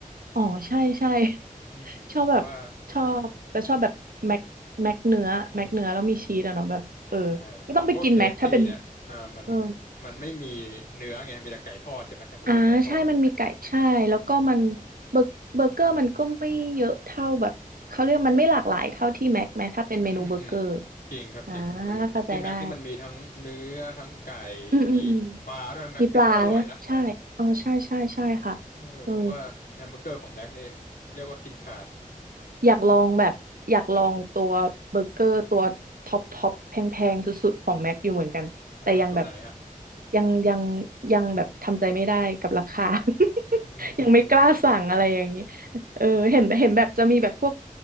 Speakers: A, on the right; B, on the left.
A: อ๋อใช่ใช่
B: อืมเพราะว่า
A: ชอบแบบชอบแต่ชอบแบบแม็กแม็กเนื้อแม็กเนื้อแล้วมีชีสอะเนาะแบบเออก็ต้องไปกินแม็กถ้าเป็น
B: ใช่ใช่เพราะว่า KFC เอฟซีเนี่ยอ่ามัน
A: เออ
B: มันไม่มีเนื้อไงมีแต่ไก่ทอดใช่ไหมแฮมเบอร์เกอร์ไก่ทอด
A: อ่าใช่มันมีไก่ใช่แล้วก็มันเบอร์เบอร์เกอร์มันก็ไม่เยอะเท่าแบบเขาเรียกมันไม่หลากหลายเท่าที่แม็กไหมถ้าเป็นเมนูเบอร์เกอร์
B: อืมอืมจริงครับจริงมันที่แม็กนี่มันมีทั้งเนื้อทั้งไก่
A: อ่าเข้าใจได้อืมอืมอืม
B: มีปลาด้วยนะแม็กฟิตก็อร่อยนะ
A: มีปลานะใช่อ๋อใช่ใช่ใช่ค่ะ
B: เออผมว่าแฮมเบอร์เกอร์ของแบ็กนี่เรียกว่ากินขาด
A: เออ อยากลองแบบอยากลองตัวเบอร์เกอร์ตัวท็อปท็อปแพงๆสุดๆของแม็กอยู่เหมือนกันแต่ยังแบบ
B: อ่าตัวไหนฮะ
A: ยังยังยังแบบทำใจไม่ได้กับราคา
B: อืมเป็น
A: <laughs> ยังไม่กล้าสั่งอะไรอย่างนี้เออเห็นเห็นแบบจะมีแบบพวก